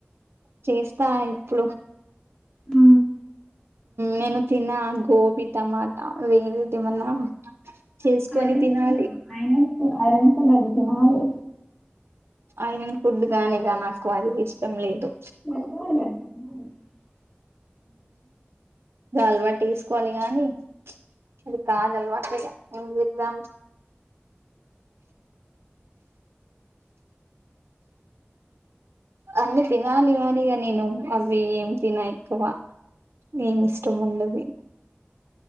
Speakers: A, on the right; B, on the left.
A: చేస్తా ఇప్పుడు
B: అ
A: నేను తిన్నా గోబీ టమాటా వేరేది ఏమన్నా చేసుకొని
B: ఐరన్
A: తినాలి
B: ఫుడ్ అయిన ఐరన్ ఫుడ్ ఆది తినాలి
A: ఐరన్ ఫుడ్ గాని ఇగ నాకు అది ఇష్టం లేదు
B: <inaudible>
A: ఇగ అలవాటు చేసుకోవాలి గానీ అది కాదు అలవాటు ఇగ ఏం చేద్దాం అన్నీ తినాలి కానీ నేను అవి ఏం తిన ఎక్కువ ఏమి ఇష్టముండదు